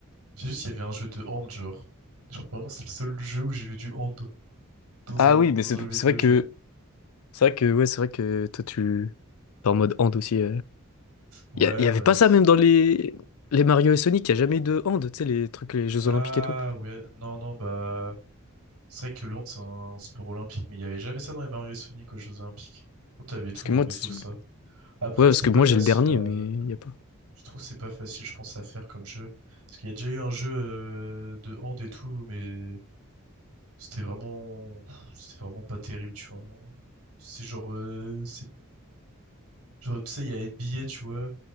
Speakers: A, on the right; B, on the left.
A: C'est juste, il y avait un jeu de hand, genre. Genre, vraiment, c'est le seul jeu où j'ai vu du hand dans
B: Ah
A: un,
B: oui, mais
A: dans
B: c'est
A: un jeu vidéo,
B: c'est vrai
A: genre.
B: que... C'est vrai que, ouais, c'est vrai que toi, tu... T'es en mode hand aussi.
A: Ouais,
B: Il y, a- y avait
A: bah.
B: pas ça
A: c'est-
B: même dans les, les Mario et Sonic, il y a jamais eu de hand, tu sais, les trucs, les Jeux
A: Ah,
B: Olympiques et tout.
A: ouais, non, non, bah. C'est vrai que le hand, c'est un sport olympique, mais il y avait jamais ça dans les Mario et Sonic aux Jeux Olympiques. T'avais tout,
B: Parce que moi,
A: hein, mais
B: tu-
A: sauf ça. Après,
B: ouais, parce
A: c'est
B: que
A: pas
B: moi
A: facile
B: j'ai le dernier,
A: à...
B: mais il y a pas.
A: Je trouve que c'est pas facile, je pense, à faire comme jeu. Parce qu'il y a déjà eu un jeu euh, de hand et tout, mais C'était vraiment, c'était vraiment pas terrible, tu vois. C'est genre, euh, c'est genre, tu sais, il y a NBA, tu vois.